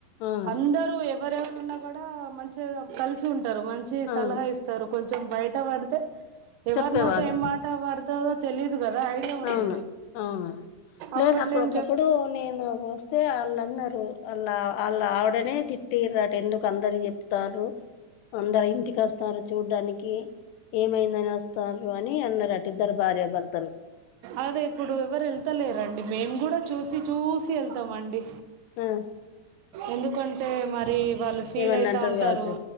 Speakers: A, on the left; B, on the right.
A: అవును
B: అందరూ ఎవరెవరు ఉన్న కూడా మంచిగా కలిసి ఉంటారు మంచి
A: అవును
B: సలహా ఇస్తారు కొంచెం బయట పడితే ఎవరి
A: చెప్పేవాళ్ళు
B: నోట ఏం మాట పడతదో తెలీదు కదా ఐడియా ఉండేది
A: అవును అవును లేదు
B: అప్పట్లో
A: అప్పుడు
B: ఏం
A: ఒకప్పుడు
B: చెప్
A: నేను తే ఆళ్ళన్నారు వాళ్ళ వాళ్ళ ఆవిడనే తిట్టిరట ఎందుకు అందరు చెప్ తారు అందరు ఇంటికి వస్తారు చూడ్డానికి ఏమైందని వస్తారు అని అన్నారట ఇద్దరు భార్యభర్తలు
B: అదే ఇప్పుడు ఎవరు వెళ్తలేరండి మేము కూడా చూసి చూసి వెళ్తామండి
A: ఆ
B: ఎందుకంటే మరీ వాళ్ళు ఫీల్
A: ఏమన్నా
B: అయితా
A: అంటారు
B: ఉంటారు
A: కావచ్చు